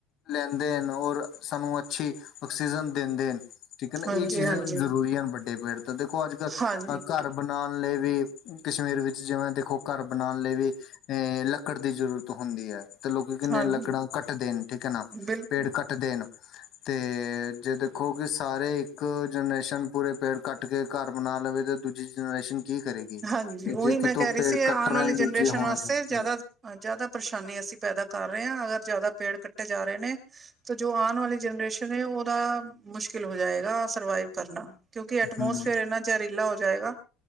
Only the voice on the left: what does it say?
ਲੈਂਦੇ ਹਨ, ਔਰ ਸਾਨੂੰ ਅੱਛੀ ਆਕਸੀਜਨ ਦਿੰਦੇ ਨੇ ਠੀਕ ਏ ਨਾ, ਇਹ
ਚੀਜ਼ਾਂ
ਜ਼ਰੂਰੀ ਹਨ ਵੱਡੇ ਪੇੜ ਤੋਂ, ਦੇਖੋ ਅੱਜ -ਕੱਲ
ਘਰ ਬਣਾਣ ਲਈ ਵੀ, ਕਸ਼ਮੀਰ ਵਿੱਚ ਜਿਵੇਂ ਦੇਖੋ, ਘਰ ਬਣਾਣ ਲਈ ਐ ਲੱਕੜ ਦੀ ਜ਼ਰੂਰਤ ਹੁੰਦੀ ਆ, ਤੇ ਲੋਕੀ ਕਿੰਨ੍ਹੇ
ਲੱਕੜਾਂ ਕੱਟਦੇ ਨੇ ਠੀਕ ਹੈ, ਨਾ
ਪੇੜ ਕੱਟ ਕੱਟ ਦੇਣ ਤੇ ਜਦ ਦੇਖੋ ਕਿ ਸਾਰੇ ਇੱਕ ਜਨਰੇਸ਼ਨ ਪੂਰੇ ਪੇੜ ਕੱਟ ਕੇ ਘਰ ਬਣਾ ਲਵੇ, ਅਤੇ ਦੂਜੀ ਜਨਰੇਸ਼ਨ ਕੀ ਕਰੇਗੀ
ਤੇ
ਜੇ ਕਿਤੋਂ
ਪੇੜ
ਕੱਟ
ਰਹੇ
ਦੂਜੇ ਹੋਣਾ
ਚਾਹੀਦਾ
ਹਮ